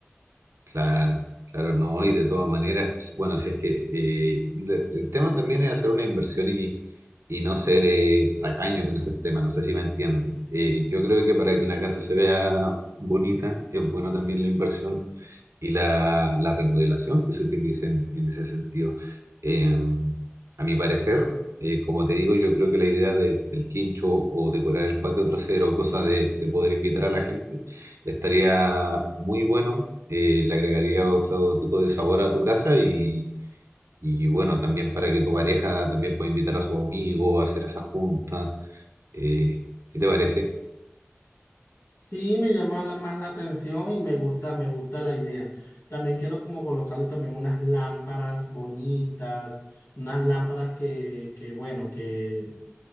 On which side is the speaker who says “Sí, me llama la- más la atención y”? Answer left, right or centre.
Left